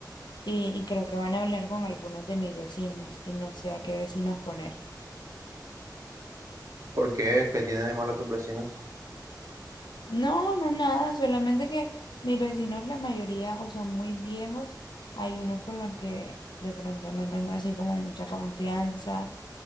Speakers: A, on the left; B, on the right.
A: Y, y creo que van a hablar con algunos de mis vecinos y no sé a qué vecinos poner.
B: ¿Por qué? ¿Qué tienen de malo tus vecinos?
A: No, no nada, solamente que mis vecinos la mayoría o son muy viejos, hay unos con los que de pronto no tengo así como mucha confianza